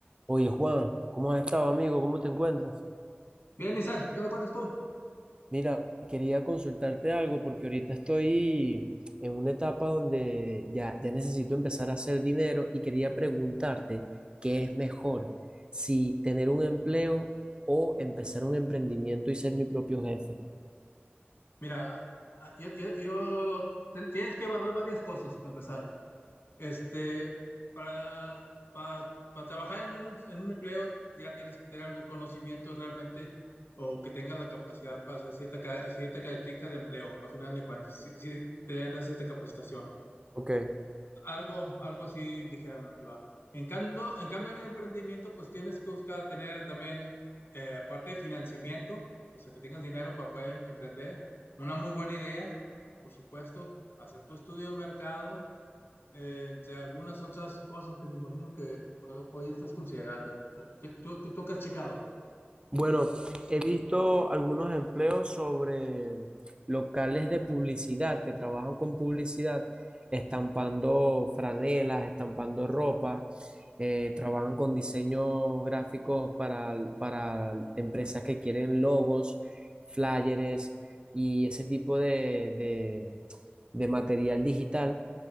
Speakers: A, on the right; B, on the left.
A: Oye, Juan, ¿cómo has estado, amigo? ¿Cómo te encuentras?
B: Bien, Isaac, ¿qué me cuentas tú?
A: Mira, quería consultarte algo porque ahorita estoy en una etapa donde ya, ya necesito empezar a hacer dinero y quería preguntarte qué es mejor, si tener un empleo o empezar un emprendimiento y ser mi propio jefe.
B: Mira, a- yo, yo- yo lo- ten- tienes que evaluar varias cosas para empezar. Este, para, para, para trabajar en un, en un empleo ya tienes que tener algún conocimiento realmente o que tengas la capacidad para hacer cierta, ca- cierta característica de empleo, a final de cuentas, si, si te dan cierta capacitación.
A: Ok,
B: algo, algo así ligeramente va. En cambio, en cambio, el emprendimiento, pues tienes que buscar tener también, eh, aparte de financiamiento, o sea, que tengas dinero para poder em- emprender, una muy buena idea, por supuesto, hacer tu estudio de mercado, eh, entre algunas otras cosas que me imagino que, que por ahí hoy estás considerando, o que tú, que tú que has checado.
A: Bueno, he visto algunos empleos sobre locales de publicidad que trabajan con publicidad, estampando franelas, estampando ropa, eh, trabajan con diseños gráficos para, para empresas que quieren logos, flyers y ese tipo de, de de material digital.